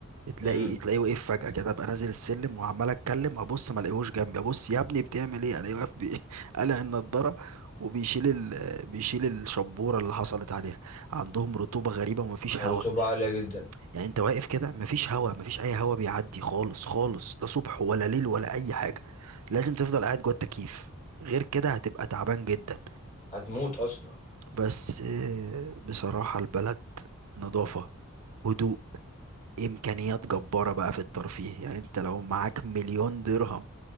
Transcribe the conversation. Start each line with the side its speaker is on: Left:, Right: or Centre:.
Right: تلاقي
Left: امم
Right: تلاقيه واقف فجأة كده ابقى نازل السلم وعمال اتكلم ابص ما الاقيهوش جنبي ابص يا ابني بتعمل ايه الاقيه واقف بي- <laughs> قالع النضارة وبيشيل ال... بيشيل الشبورة اللي حصلت عليها عندهم رطوبة غريبة ومفيش
Left: الرطوبه
Right: هوا
Left: عاليه جدا
Right: يعني انت واقف كده مفيش هوا مفيش اي هوا بيعدي خالص خالص لا صبح ولا ليل ولا اي حاجة لازم تفضل قاعد جوه التكييف غير كده هتبقى تعبان جدا
Left: هتموت اصلا
Right: بس آه، بصراحة البلد نظافة هدوء امكانيات جبارة بقى في الترفيه يعني انت لو معاك مليون درهم